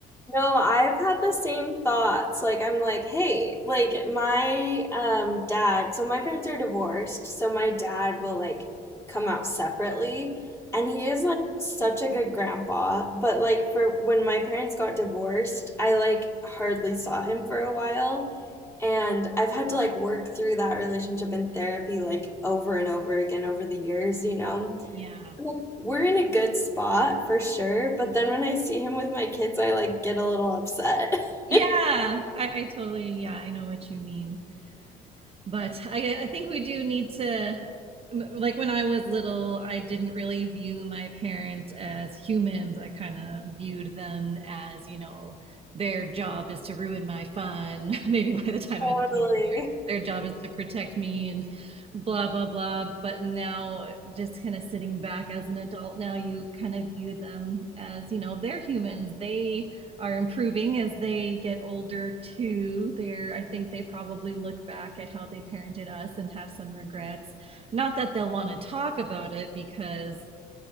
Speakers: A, on the left; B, on the right.
A: No, I've had the same thoughts. Like I'm like, hey, like my um dad, so my parents are divorced, so my dad will like come out separately, and he is like such a good grandpa, but like for when my parents got divorced, I like hardly saw him for a while, and I've had to like work through that relationship in therapy like over and over again over the years, you know.
B: Yeah.
A: Like, We're in a good spot for sure, but then when I see him with my kids, I like get a little upset.
B: Yeah,
A: <laughs>
B: I, I totally, yeah, I know what you mean. But I, I think we do need to, m- like when I was little, I didn't really view my parents as humans. I kind of viewed them as, you know, their job is to ruin my fun. <laughs> Maybe by the time
A: Totally.
B: I was a teenager, their job is to protect me and blah, blah, blah. But now, just kind of sitting back as an adult, now you kind of view them as, you know, they're humans. They, are improving as they get older too. They're I think they probably look back at how they parented us and have some regrets. Not that they'll want to talk about it because